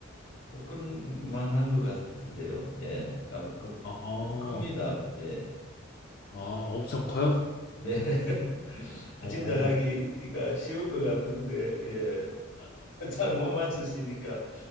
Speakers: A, on the left; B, on the left.
A: 어, 그런 만한 것 같은데요. 예, 아, 그
B: 아,
A: 큽니다. 예,
B: 아, 엄청 커요?
A: 네. <laughs> 아,
B: 어,
A: 짐작하기가 쉬울 것 같은데 예, <laughs> 잘 못 맞추시니까